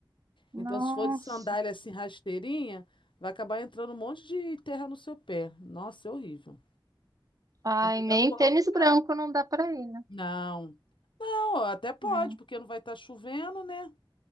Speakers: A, on the right; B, on the left.
A: Nossa.
B: Então, se for de sandália assim rasteirinha, vai acabar entrando um monte de terra no seu pé. Nossa, é horrível.
A: Ai,
B: É melhor
A: nem
B: colocar.
A: tênis branco não dá pra ir, né?
B: Não. Não, até pode,
A: Hum.
B: porque não vai estar chovendo, né?